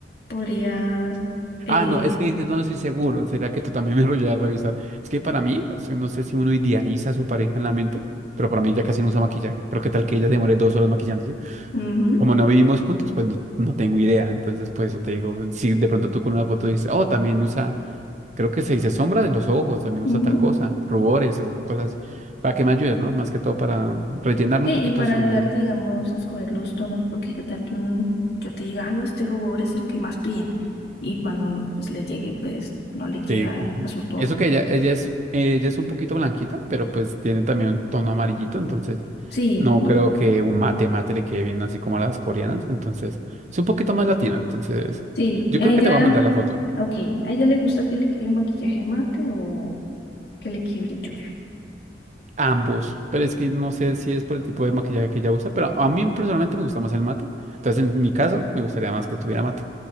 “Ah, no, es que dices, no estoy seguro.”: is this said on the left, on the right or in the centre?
Right